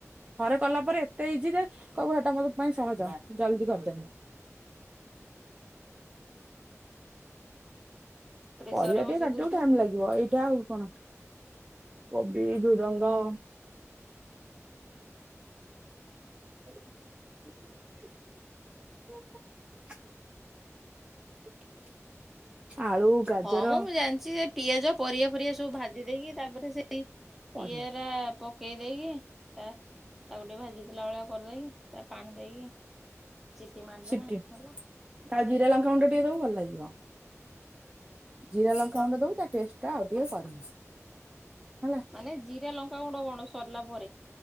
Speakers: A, on the right; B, in the centre.
A: ଥରେ କଲା ପରେ ଏତେ ହେଇଛି ଯେ କଇବ ଏଟା ମୋ ପାଇଁ ସହଜଆ ଜଲ୍ଦୀ କର୍ ଦେମି
B: ପ୍ରେସରରେ
A: ପରିବା
B: ବସେଇ
A: ଟିକେ କାଟିଦବୁ
B: ଦଉଥିବ
A: ଟାଇମ୍ ଲାଗିବ ଏଇଟା ଆଉ କଣ କୋବି ଝୁଡଙ୍ଗ <inaudible> ଗାଜର
B: ହଁମ ମୁଁ ଜାଣିଛି ଏଇ ପିଆଜ ପରିଆ ପରିଆ ସବୁ ଭାଜି ଦେଇକି ତାପରେ ସେ
A: ପରିବା
B: ଏରା ପ ପକେଇ ଦେଇକି ତା ତାକୁ ଟିକେ ଭାଜି ଦେଲା ଭଳିଆ କରିଦେଇକି ତା ପାଣି ଦେଇକି ସିଟି ମାରିଦେଲେ
A: ସେଠି
B: ହେଲା।
A: ତା ଜିରା ଲଙ୍କା ଗୁଣ୍ଡା ଟିକେ ଦବୁ ଭଲ ଲାଗିବ। ଜିରା ଲଙ୍କା ମୁଣ୍ଡ ଦବ ତା ଟେଷ୍ଟ ଟା ଆଉ ଟିକେ କର ହେଲା <inaudible>
B: ମାନେ ଜିରା ଲଙ୍କାଗୁଣ୍ଡ କଣ ସରିଲା ପରେ